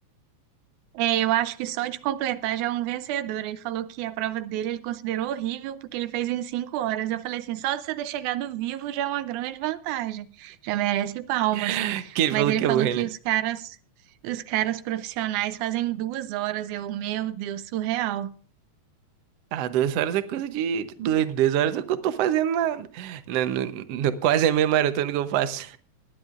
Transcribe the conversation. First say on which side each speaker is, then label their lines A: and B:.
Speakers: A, on the right; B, on the right.
A: É, eu acho que só de completar já é um vencedor. Ele falou que a prova dele ele considerou horrível porque ele fez em cinco horas. Eu falei assim, só de você ter chegado vivo já é uma grande vantagem, já merece palmas.
B: <laughs> Que ele
A: Mas
B: falou
A: ele
B: que é
A: falou
B: errei,
A: que
B: né?
A: os caras, os caras profissionais fazem duas horas. Eu, meu Deus, surreal.
B: Ah, duas horas é coisa de, de doido. Duas horas é o que eu tô fazendo na, na- no- no- quase a meia maratona que eu faço.